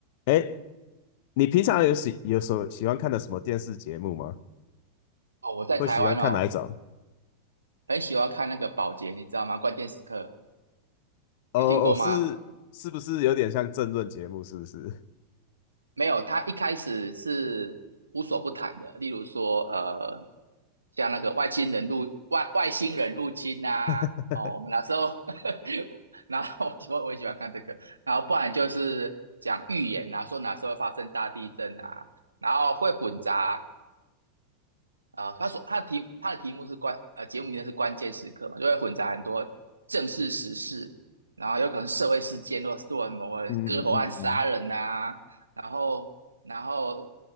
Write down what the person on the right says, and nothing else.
哦，我在台湾哦，
很喜欢看那个宝洁，你知道吗？关键时刻
有听过吗？
没有，他一开始是无所不谈的，例如说，呃，像那个外星人入外外星人入侵啊，
哦，我们那时候，<laughs> 然后我我也喜欢看这个，然后不然就是讲预言啊，说哪时候会发生大地震啊，然后会混杂啊，他所他的题他的题目是关呃节目名称是关键时刻嘛，就会混杂很多正式时事，然后有可能是社会事件，或者做某个人割喉案杀人呐、
然后然后